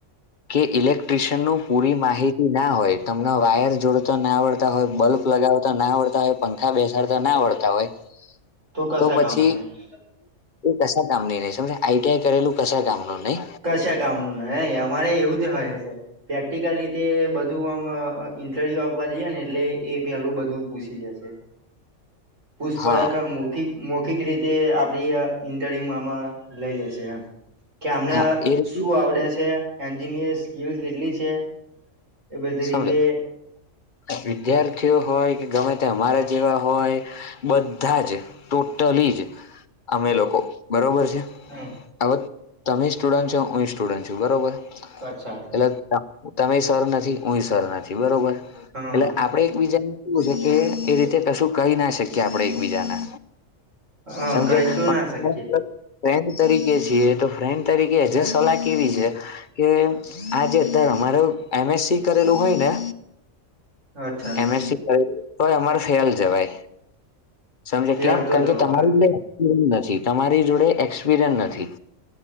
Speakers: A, on the left; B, on the right.
A: કે ઇલેક્ટ ટ્રીશીયનનું પૂરી માહી તી ના હોય તમને વાયર જોડતા ના આવડતા હોય, બલ્બ લગાવતા ના આવડતા હોય. પંખા બેસાડતા ના આવળતા હોય,
B: કશા
A: તો પછી
B: કામનું નહી
A: એ કશા કામની નઈ સમજ્યા. આઈટીઆઈ કરેલું કશા કામનું નઈ.
B: કશા કામનું નઈ. અમારે એવું જ હોય છે. પ્રેક્ટિકલ રીતે બધું આમ ઇન્ટરવ્યુ આપવા જઈએ ને એટલે એ પેલું બધું પૂછી લે છે. પુષ્પરાખ
A: હા
B: મૌખિ મૌખિક રીતે આપડી ઇન્ટરવ્યુમાં આમાં લઈ લે સે એમ. કે આમને
A: હા એ રીતે
B: શું આવડે છે, એન્જિનિયર સ્કીલ કેટલી છે. એ બધી
A: સમજો.
B: <inaudible>
A: વિદ્યાર્થીઓ હોય કે ગમે તે અમારા જેવા હોય. બધાં જ, ટોટલી જ અમે લોકો બરોબર છે.
B: હમ.
A: હવે તમે એ સ્ટુડન્ટ છો, હું એ સ્ટુડન્ટ છું બરોબર.
B: અચ્છા અચ્છા.
A: એટલે તમે એ સર નથી, હું એ સર નથી બરોબર.
B: હા
A: એટલે આ આપણે એકબીજાને કેવું છે કે એ રીતે કશું કહી ના શકીએ આપણે એકબીજાને.
B: હા
A: સમજયા?
B: કહી તો ના શકીએ
A: <inaudible> ફ્રેન્ડ તરીકે છીએ તો ફ્રેન્ડ તરીકે એ જે સલાહ કેવી છે. કે આજે ધાર અમારો એમએસસી કરેલું હોય ને
B: અચ્છા અચ્છા
A: એમએસસી. તોય તોય અમારે ફેલ જવાય. સમજયા
B: ચાલતો
A: કેમ કારણ
B: જવા
A: કે તમારી જોડે સ્કીલ નથી. તમારી જોડે એક્સપિરિયન નથી.